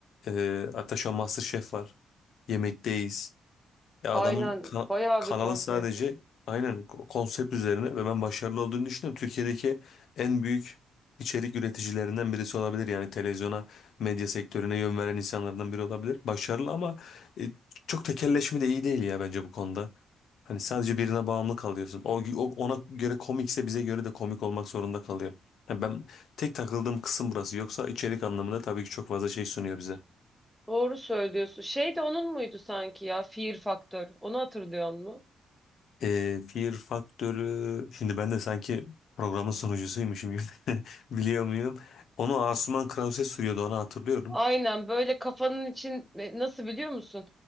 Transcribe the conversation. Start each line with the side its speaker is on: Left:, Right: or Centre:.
Left: e, hatta şu an MasterChef var, Yemekteyiz. Ya
Centre: Aynen
Left: adamın kan-
Centre: bayağı
Left: kanalı
Centre: bir konsept.
Left: sadece aynen ko- konsept üzerine ve ben başarılı olduğunu düşünüyorum. Türkiye'deki en büyük içerik üreticilerinden birisi olabilir. Yani televizyona, medya sektörüne yön veren insanlardan biri olabilir. Başarılı ama e, çok tekelleşme de iyi değil ya bence bu konuda. Hani sadece birine bağımlı kalıyorsun. O, o- ona göre komikse bize göre de komik olmak zorunda kalıyor. Yani ben tek takıldığım kısım burası. Yoksa içerik anlamında tabii ki çok fazla şey sunuyor bize.
Centre: Doğru söylüyorsun. Şey de onun muydu sanki ya? Fear Factor. Onu hatırlıyor musun?
Left: E, Fear Faktörü şimdi ben de sanki programın sunucusuymuşum gibi <laughs> biliyor muyum? Onu Asuman Krause sürüyordu onu hatırlıyorum.
Centre: Aynen böyle kafanın için e, nasıl biliyor musun?